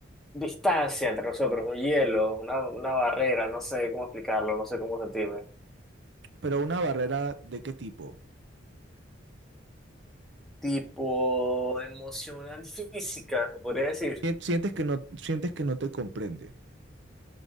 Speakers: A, in the centre; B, on the right (about 65°).
A: distancia entre nosotros, un hielo, una, una barrera, no sé cómo explicarlo, no sé cómo sentirme.
B: Pero una barrera de qué tipo?
A: tipo emocional física, se podría decir.
B: Sien- Sientes que no, sientes que no te comprende.